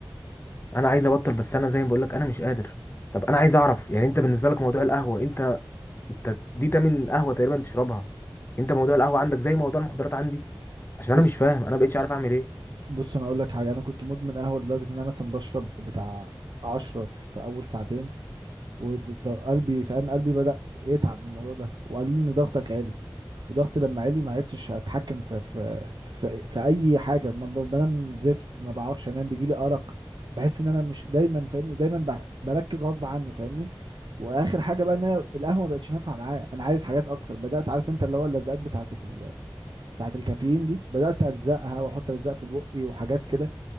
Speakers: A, on the left; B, on the right.
A: انا عايز ابطل بس انا زي ما بقول لك انا مش قادر طب انا عايز اعرف يعني انت بالنسبه لك موضوع القهوه انت انت دي تمن قهوه تقريبا تشربها انت موضوع القهوه عندك زي موضوع المخدرات عندي عشان
B: بص
A: انا مش فاهم انا ما بقتش عارف اعمل ايه
B: بص انا اقول لك حاجه انا كنت مدمن قهوه لدرجه ان انا مثلا بشرب بتاع 10 في اول ساعتين وقلبي فاهم قلبي بدأ يتعب من الموضوع ده وقالوا لي ان ضغطك عالي وضغطي لما عالي ما عرفتش اتحكم في في في, في اي حاجه ما ب- بنام زفت ما بعرفش انام بيجي لي ارق بحس ان انا مش دايما فاهمني دايما ب- بركز غصب عني فاهمني واخر حاجه بقى ان انا القهوه ما بقتش نافعه معايا انا عايز حاجات اكتر بدات عارف انت اللي هو اللزقات بتاعه ال... بتاعه الكافيين دي بدات الزقها واحط الزق في بقي وحاجات كده